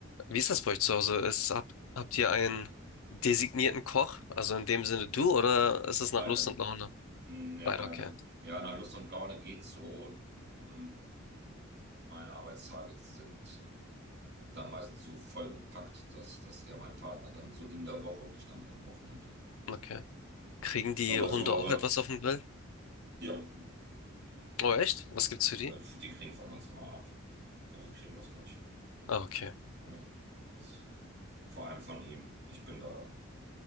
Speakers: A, on the left; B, on the right.
A: Wie ist das bei euch zu Hause? Ist, habt, habt ihr einen designierten Koch? Also in dem Sinne du oder ist es nach
B: Beide.
A: Lust und Laune?
B: Hm, Nee,
A: Beide,
B: beide.
A: okay.
B: Ja, nach Lust und Laune geht's so. Hm, Meine Arbeitstage sind dann meistens so vollgepackt, dass, dass eher mein Partner dann so in der Woche und ich dann eher am Wochenende.
A: Okay. Kriegen die
B: Aber
A: Hunde
B: so,
A: auch
B: aber
A: etwas auf dem Grill?
B: ja,
A: Oh, echt? Was gibt's für die?
B: also die kriegen von uns immer ab. Also kriegen das gleich.
A: Ah, okay.
B: Ja, das vor allem von ihm. Ich bin da,